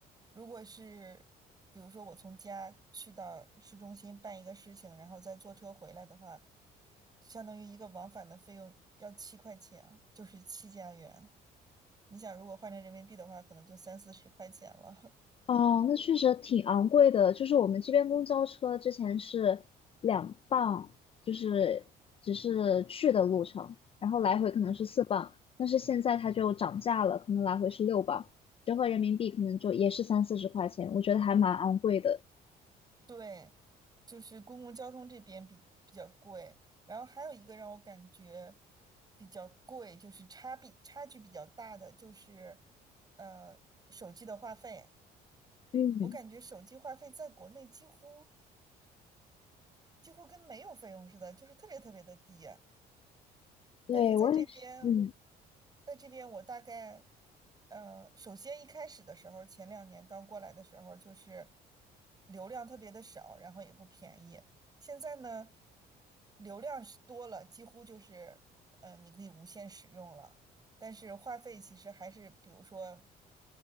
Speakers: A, on the right; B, on the left.
A: 如果是，比如说我从家去到市中心办一个事情，然后再坐车回来的话，相当于一个往返的费用要七块钱，就是七加元。你想，如果换成人民币的话，可能就三四十块钱了。
B: 哦，那确实挺昂贵的。就是我们这边公交车之前是两磅，就是只是去的路程，然后来回可能是四磅，
A: <laughs> 嗯
B: 但是现在它就涨价了，可能来回是六磅，折合人民币可能就也是三四十块钱，我觉得还蛮昂贵的。
A: 对，就是公共交通这边比比较贵，然后还有一个让我感觉比较贵，就是差比差距比较大的就是呃手机的话费，
B: 嗯，
A: 我感觉手机话费在国内几乎几乎跟没有费用似的，就是特别特别的低。
B: 对，
A: 但是在这边，
B: 我也是，嗯，
A: 在这边我大概，呃，首先一开始的时候，前两年刚过来的时候，就是流量特别的少，然后也不便宜。现在呢，流量是多了，几乎就是，嗯、呃你可以无限使用了。但是话费其实还是，比如说